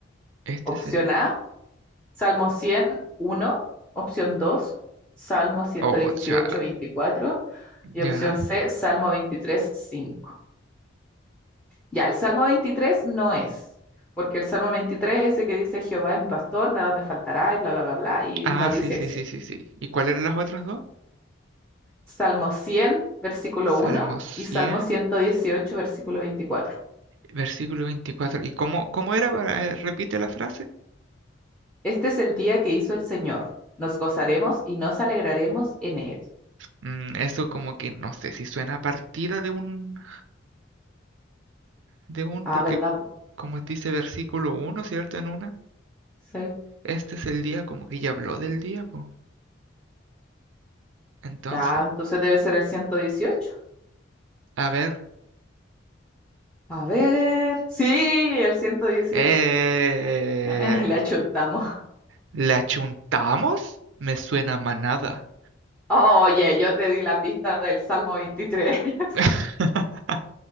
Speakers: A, on the right (about 70°); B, in the centre.
A: Este
B: Opción
A: es el...
B: A, Salmo 101. Opción 2, Salmo ciento
A: Oh,
B: dieciocho
A: ya,
B: veinticuatro. Y
A: ya.
B: opción C, Salmo 23 5. Ya, el Salmo 23 no es, porque el Salmo veintitrés es ese que dice, Jehová es mi pastor, nada me faltará, y bla, bla, bla, bla, y
A: Ah,
B: no dice
A: sí, sí,
B: eso.
A: sí, sí, sí. ¿Y cuáles eran las otras dos?
B: Salmo 100 versículo
A: Salmo
B: uno
A: 100
B: y Salmo 118 versículo 24.
A: versículo veinticuatro ¿Y cómo, cómo era? para- eh, Repite la frase.
B: Este es el día que hizo el Señor. Nos gozaremos y nos alegraremos en él.
A: Mm, eso como que no sé si suena a partida de un, de un,
B: Ah,
A: porque
B: ¿verdad, po?
A: como dice versículo uno ¿cierto? En una.
B: Sí.
A: Este es el día, como que ya habló del día, pues. Entonces,
B: Ya, entonces debe ser el 118.
A: a ver.
B: A ver. Sí, el 118.
A: Eh,
B: Eh, <laughs> le achuntamos.
A: ¿la chuntamos? Me suena a manada.
B: Oye, yo te di la pista del Salmo 23. <laughs>
A: <laughs> <laughs>